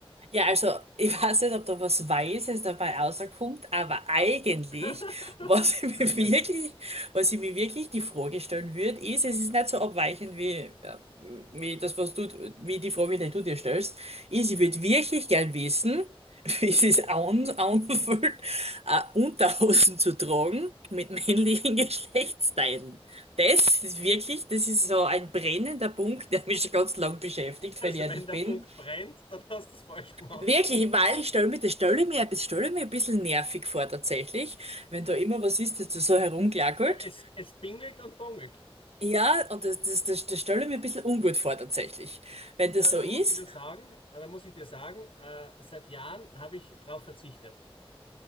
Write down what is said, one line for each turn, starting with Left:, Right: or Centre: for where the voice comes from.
Right: Ja, also ich weiß nicht, ob da was Weises dabei rauskommt, aber eigentlich,
Left: <laughs>
Right: was <laughs> ich
Left: Entschuldige.
Right: mir wirklich, was ich mir wirklich die Frage stellen würde, ist, es ist nicht so abweichend wie, äh, wie das, was du, wie die Frage, die du dir stellst, ist, ich würde wirklich gern wissen, <laughs> wie es sich an, anfühlt, äh, Unterhosen zu tragen mit männlichen <laughs> Geschlechtsteilen. Das ist wirklich, das ist so ein brennender Punkt, der mich schon ganz lang beschäftigt,
Left: Also
Right: wenn ich ehrlich
Left: wenn der
Right: bin.
Left: Punkt brennt, dann hast du es falsch gemacht.
Right: Wirklich, weil ich stelle mir, das stelle mir, das stelle ich mir ein bisschen nervig vor tatsächlich, wenn da immer was ist, das da so herumgackelt.
Left: Ja, es, es bingelt und bongelt.
Right: Ja, und das, das, das, das stelle ich mir ein bisschen ungut vor tatsächlich. Wenn
Left: Ja,
Right: das
Left: dann
Right: so ist,
Left: muss ich dir sagen, äh, dann muss ich dir sagen, äh, seit Jahren habe ich darauf verzichtet.